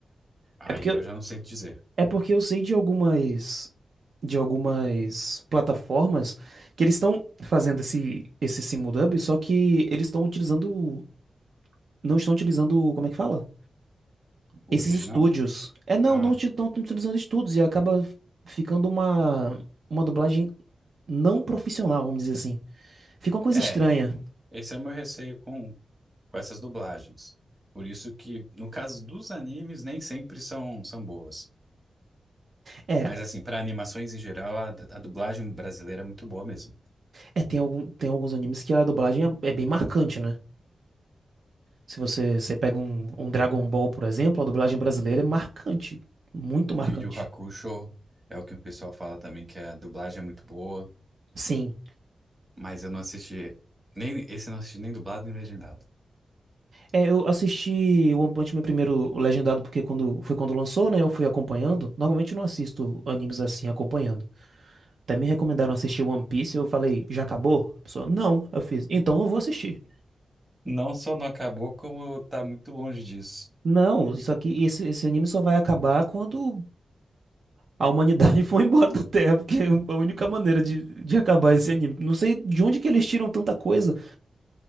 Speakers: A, on the right; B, on the right.
A: Aí
B: É porque, eu-
A: eu já não sei te dizer.
B: é porque eu sei de algumas de algumas plataformas que eles estão fazendo esse esse simuldub, só que eles estão utilizando não estão utilizando, como é que fala?
A: O
B: Esses
A: original?
B: estúdios. É, não,
A: Ah,
B: não estão utilizando estúdios e acaba ficando uma uma dublagem não profissional, vamos dizer assim. Fica uma coisa
A: é.
B: estranha.
A: Esse é o meu receio com, com essas dublagens. Por isso que, no caso dos animes, nem sempre são, são boas.
B: É,
A: Mas, assim, para animações em geral, a, a dublagem brasileira é muito boa mesmo.
B: É, tem, algum, tem alguns animes que a dublagem é, é bem marcante, né? Se você, você pega um, um Dragon Ball, por exemplo, a dublagem brasileira é marcante. Muito marcante.
A: Yu Yu Hakusho é o que o pessoal fala também, que a dublagem é muito boa,
B: Sim.
A: mas eu não assisti. Nem, esse eu não assisti nem dublado nem legendado.
B: É, eu assisti One Punch Man primeiro legendado porque quando foi quando lançou, né? Eu fui acompanhando. Normalmente eu não assisto animes assim acompanhando. Até me recomendaram assistir One Piece, eu falei, já acabou? A pessoa, não. Eu fiz, então não vou assistir.
A: Não só não acabou, como tá muito longe disso.
B: Não, isso aqui, esse, esse anime só vai acabar quando A humanidade <laughs> foi embora da Terra, porque é a única maneira de, de acabar esse anime. Não sei de onde que eles tiram tanta coisa.